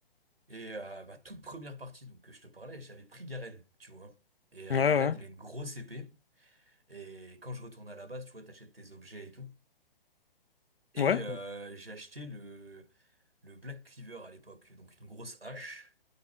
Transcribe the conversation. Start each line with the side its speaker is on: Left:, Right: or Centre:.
Right: Et euh, ma toute première partie donc que je te parlais, j'avais pris Garen, tu vois. Et
Left: Ouais,
Right: euh,
Left: ouais,
Right: Garen, il a une grosse épée. Et quand je retourne à la base, tu vois, t'achètes tes objets et tout. Et
Left: ouais,
Right: euh, j'ai acheté le le Black Cleaver à l'époque, donc une grosse hache.